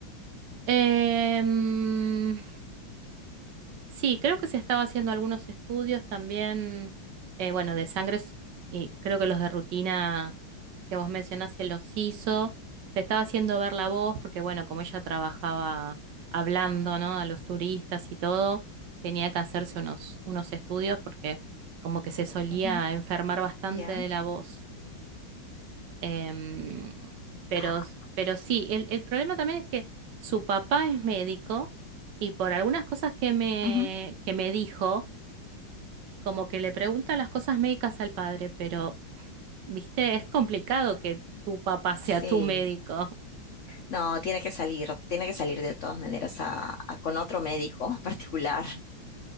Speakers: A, on the right; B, on the left.
A: Em, Sí, creo que se estaba haciendo algunos estudios también, eh, bueno, de sangre, s- y creo que los de rutina que vos mencionás se los hizo. Se estaba haciendo ver la voz, porque bueno, como ella trabajaba hablando, ¿no? A los turistas y todo, tenía que hacerse unos, unos estudios porque como que se solía
B: Ujú,
A: enfermar bastante
B: ¿Ya?
A: de la voz. Em, pero,
B: Ah,
A: pero sí, el, el problema también es que su papá es médico y por algunas cosas que me,
B: ujú,
A: que me dijo, como que le pregunta las cosas médicas al padre, pero, viste, es complicado que tu papá sea
B: Sí.
A: tu médico.
B: No, tiene que salir, tiene que salir de todas maneras a, a- con otro médico <laughs> particular.